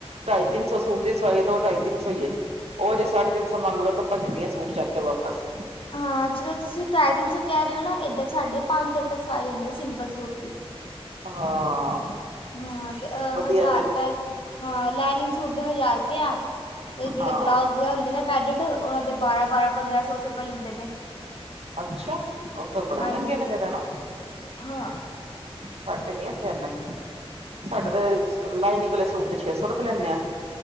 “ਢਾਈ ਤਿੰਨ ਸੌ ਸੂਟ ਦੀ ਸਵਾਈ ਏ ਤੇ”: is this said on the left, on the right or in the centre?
Right